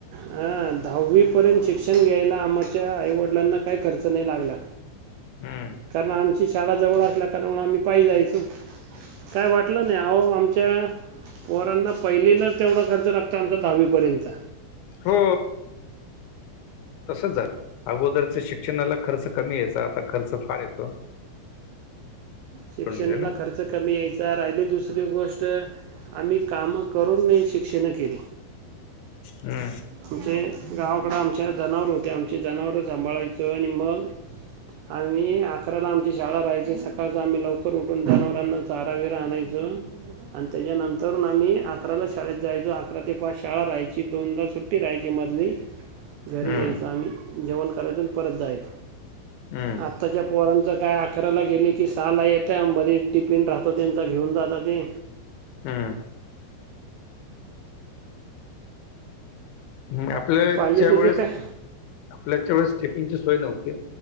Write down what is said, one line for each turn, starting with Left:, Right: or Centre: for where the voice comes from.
Right: हा दहावी पर्यंत शिक्षण घ्यायला आमच्या आईवडिलांना काही खर्च नाही लागला.
Left: हम्म
Right: कारण आमची शाळा जवळ असल्या कारणामुळे आम्ही पाय जायचो. काय वाटलं नाही अहो आमच्या पोरांना पहिलीला- तेवढा खर्च लागतो आमचा दहावीपर्यंत.
Left: हो... तसंच झालं अगोदरच शिक्षणाला खर्च कमी यायचा आता खर्च फार येतो.
Right: शिक्षणाला
Left: गेले ना
Right: खर्च. खर्च कमी यायचं, राहिली दुसरी गोष्ट आम्ही कामं करून नाही शिक्षेनं केली.
Left: हम्म
Right: आमचे गावाकडं आमच्या जनावर होत्या, आमची जनावर सांभाळायचं आणि मग, आणि अकराला आमची शाळा राहायची सकाळच आम्ही लवकर उठून जनावरांना चारा बिरा आणायचो आणि त्याज्यानंतरन आम्ही अकराला शाळेत जायचो अकरा ते पाच शाळा राहायची दोनदा सुट टी राहायची मधली घरी
Left: हम्म
Right: यायच आम्ही जेवण करायचो आणि परत जायच
Left: हम्म
Right: आ आत्ताच्या पोरांचं काय अकराला गेले की सहाला येत्या मध्ये एक टिफिन राहतं त्यांचं घेऊन जातं ते
Left: हू हू आपल्याच्या
Right: पाहिजे तसे
Left: वेळेस
Right: काय
Left: आपल्याच्या वेळेस टिफीनची सोय नव्हती